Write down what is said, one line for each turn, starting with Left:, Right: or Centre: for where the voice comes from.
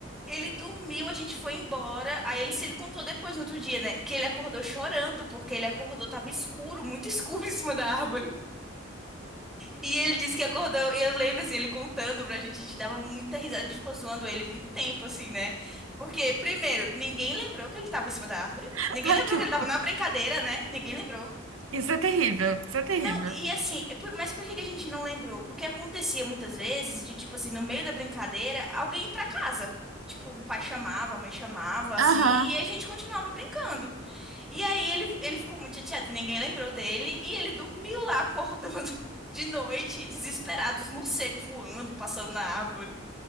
Centre: ele dormiu, a gente foi embora. Aí ele se ele contou depois no outro dia, né? Que ele acordou chorando, porque ele acordou, tava escuro, muito <laughs> escuro em cima da árvore. E ele disse que acordou, e eu lembro assim, ele contando pra gente, a gente dava muita risada, a gente ficou zoando ele muito tempo, assim, né? Porque, primeiro, ninguém lembrou que ele tava em cima da árvore.
Right: <laughs>
Centre: Ninguém
Right: Ai,
Centre: lembrou
Right: que
Centre: que
Right: horror.
Centre: ele tava na brincadeira, né? Ninguém lembrou.
Right: Isso é terrível, isso é terrível.
Centre: Não, e assim, é por- mas por que que a gente não lembrou? Porque acontecia muitas vezes de, tipo assim, no meio da brincadeira, alguém ir pra casa. Tipo, o pai chamava, a mãe chamava, assim,
Right: Aham.
Centre: e a gente continuava brincando. E aí ele, ele ficou muito chateado que ninguém lembrou dele, e ele dormiu lá acordando <laughs> de noite, desesperado, os morcegos voando, passando na árvore.